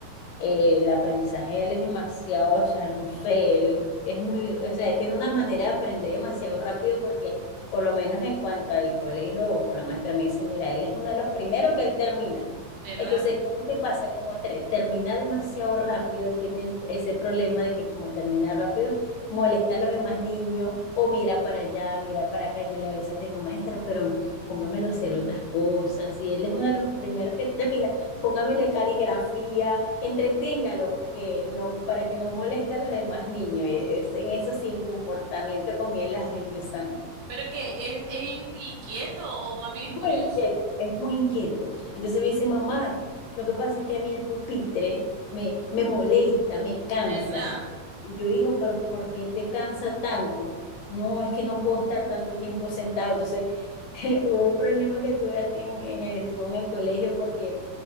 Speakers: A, on the left; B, on the right.
A: eh, el aprendizaje de él es demasiado, o sea, no sé, él es muy, o sea, tiene una manera de aprender demasiado rápido porque por lo menos en cuanto al colegio o con la maestra me dice, mira, él es uno de los primeros que él termina.
B: ¿verdad?
A: Entonces, ¿qué es lo que pasa? Como tre- termina demasiado rápido, él tiene el- ese problema de que como termina rápido, molesta a los demás niños o mira para allá, mira para acá. Yo le a veces le digo, maestra, pero póngamelo a hacer otras cosas. Y él es uno de los primeros que termina póngamele caligrafía, entreténgalo porque no, para que no moleste a los demás niños. e-, Es, en eso sí, en comportamiento con él, ay Dios santo.
B: Pero que es, es inquieto o más bien es curioso,
A: Muy inquieto, es muy inquieto. Entonces me dice, mamá, lo que pasa es que a mí el pupitre me, me molesta, me cansa.
B: ¿verdad?
A: Y yo, hijo, pero ¿por qué te cansa tanto? No, es que no puedo estar tanto tiempo sentado. Entonces, <laughs> hubo un problema que tuve en, en, estuvo en el colegio porque